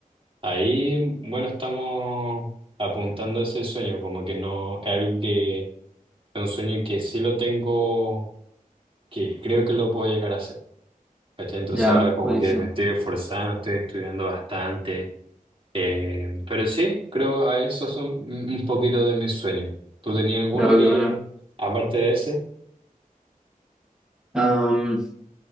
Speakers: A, on the right; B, in the centre.
A: Ahí, bueno, estamos apuntando a ese sueño, como que no es algo que es un sueño que sí lo tengo, que creo que lo puedo llegar a hacer. ¿cachai? Entonces
B: ya,
A: ahora como
B: buenísimo.
A: que me estoy esforzando, estoy estudiando bastante, eh, pero sí, creo a eso son un un poquito de mis sueños. ¿Tú tenías alguno
B: Ya, qué
A: que,
B: bueno.
A: aparte de ese?
B: Mm.